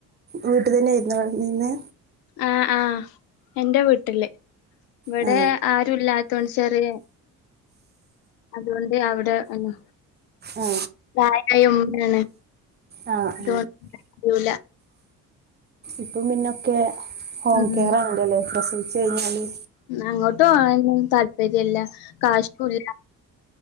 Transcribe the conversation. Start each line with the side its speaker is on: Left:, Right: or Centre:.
Right: വീട്ട് തന്നെ ഏര്ന്നോ കെടന്നീന്ന്.
Left: ആഹ് ആഹ് എന്റെ വീട്ടില് ഇവിടെ
Right: ആ
Left: ആരുല്ലാ തുണിച്ചറേ അതുകൊണ്ട് അവിടെന്നു
Right: ആ
Left: പ്രയായ ഉമ്മയാണ്
Right: ആ ആ
Left: <inaudible>
Right: ഇപ്പം പിന്നൊക്കെ ഹോം
Left: ഉം
Right: കെയറ ആണല്ലേലെ പ്രസവിച്ച് കഴിഞ്ഞാല്.
Left: അങ്ങോട്ട് പോവാനും താല്പര്യംല്ല കാഷൂ <inaudible>